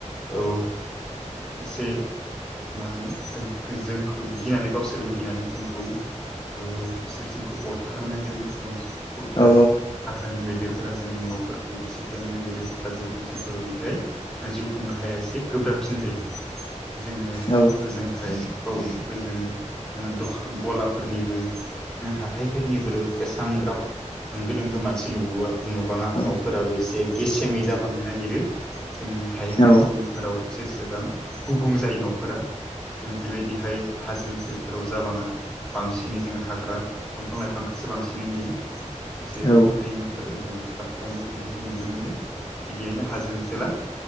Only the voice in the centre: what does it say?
औ एसे मा होनो जों जोंखौ गिनानै गावसोरबो गिनानै जोंखौ खौ इसोर जोंखौ अरथारनो नागिरो मोसा मोसौ गुुरफोरा
हाग्रानि मैदेर फोरा जोंनि न'फोरखौबो सिफायनो नागिरो हाजो ओनसोलफोराव बिदिहाय जिउखुं राहाया एसे गोब्राबसिन जायो जोङो
ओजोंहाय औ ओजों दखान गलाफोरनिबो हाथायफोरनिबो एसां ग्राब होंगो दोंगो मानसि नुबो नुबाङा
न'फोराबो एसे गेसेङै जाबांनो नागिरो जों हायेन ओनसोलफोराव
जेसेबां गुबुं जायो न'फोरा बेबायदिहाय हाजो ओनसोलफोराव जाबाङा बांसिनै जों हाग्रा दंफां लाइफांखौसो बांसिनै नुयो एसे
दैमा गोजौनिफ्राय बाख्लायनाय बिदिहाय नुनो मोनो बिदियैनो हाजो ओनसोला